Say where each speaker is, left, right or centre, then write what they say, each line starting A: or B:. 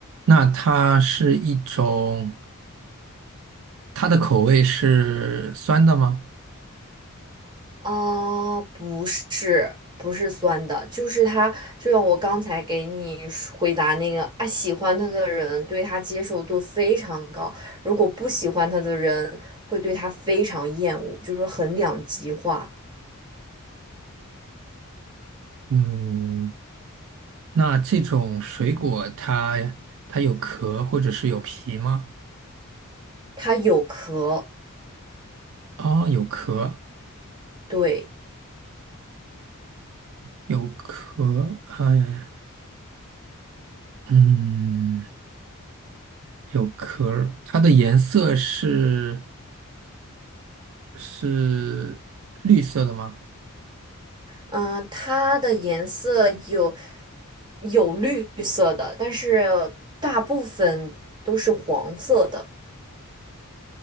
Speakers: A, on the right; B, on the right.
A: 那它是一种，它的口味是酸的吗？
B: 啊、不是，不是酸的，就是他，就像我刚才给你说回答那个啊，喜欢他的人对他接受度非常高，如果不喜欢他的人会对他非常厌恶，就是很两极化。
A: 嗯，那这种水果它它有壳或者是有皮吗？
B: 它有壳，
A: 哦，有壳，
B: 对，
A: 有壳，哎。嗯，有壳儿，它的颜色是是绿色的吗？
B: 嗯、它的颜色有。有绿色的，但是大部分都是黄色的。